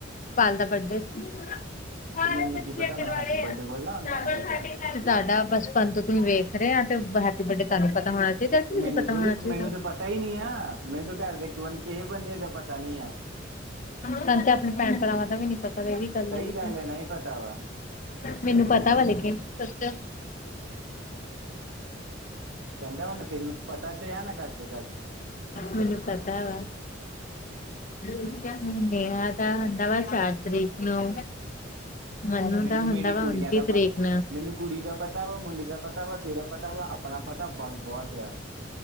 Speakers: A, on the left; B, on the right.
A: ਪਾਲ ਦਾ ਬਰਡੇ ਸੀ
B: ਤੇ
A: ਹਾਂ
B: ਮੈਨੂੰ
A: ਸਡਰ
B: ਕੀ ਪਤਾ ਮੈਂ
A: ਵਾਲੇ
B: ਹੈਪੀ
A: ਆ
B: ਬਰਥਡੇ ਬੋਲਾਂ ਉਹਨੂੰ
A: ਆਪ
B: ਹੁਣ ਤੱਕ
A: ਸਾ <unintelligible>
B: ਜਾ ਕੇ
A: ਸਾਡਾ ਬਚਪਨ ਤੋਂ ਤੁਸੀਂ ਵੇਖ ਰਹੇ ਆਂ ਤੇ ਹੈਪੀ ਬਰਡੇ ਤੁਹਾਨੂੰ ਪਤਾ ਹੋਣਾ ਚਾਹੀਦਾ ਕਿ
B: ਤੇ ਮੈਨੂੰ
A: ਪਤਾ
B: ਥੋੜੀ
A: ਹੋਣਾ ਚਾਹੀਦਾ।
B: ਮੈਨੂੰ ਤਾਂ ਪਤਾ ਹੀ ਨੀ ਆ ਮੈਨੂੰ ਤੇ ਘਰ ਦੇੰ ਕਿਸੇ ਬੰਦੇ ਦਾ ਪਤਾ ਨੀ ਆ।
A: ਸਾਨੂੰ ਤੇ ਆਪਣੇ ਭੈਣ-ਭਰਾਵਾਂ ਦਾ ਵੀ ਨੀ ਪਤਾ
B: ਸਹੀ
A: ਆ ਲੇਕਿਨ
B: ਗੱਲ ਐ ਨਹੀਂ ਪਤਾ ਵਾ।
A: ਮੈਨੂੰ ਪਤਾ ਵਾ ਲੇਕਿਨ ਸੱਚ
B: ਚੰਗਾ ਵਾਲਾ ਤੈਨੂੰ ਪਤਾ ਤੇ ਐ ਨਾ ਘੱਟ ਤੋਂ ਘੱਟ।
A: ਮੈਨੂੰ ਪਤਾ ਵਾ ਹੂੰ। ਮੇਰਾ ਤਾਂ ਹੁੰਦਾ ਵਾ ਚਾਰ ਤਰੀਕ ਨੂੰ। ਮਨੂੰ
B: ਮੈਨੂੰ
A: ਦਾ ਹੁੰਦਾ
B: ਮੇਰੀ
A: ਵਾ
B: ਕੁੜੀਆਂ
A: ਉਨਤੀ
B: ਦਾ
A: ਤਰੀਕ
B: ਪਤਾ।
A: ਨੂੰ
B: ਮੈਨੂੰ ਕੁੜੀ ਦਾ ਪਤਾ ਵਾ, ਮੁੰਡੇ ਦਾ ਪਤਾ ਵਾ, ਤੇਰਾ ਪਤਾ ਵਾ, ਆਪਣਾ ਪਤਾ ਬਸ ਬਹੁਤ ਆ।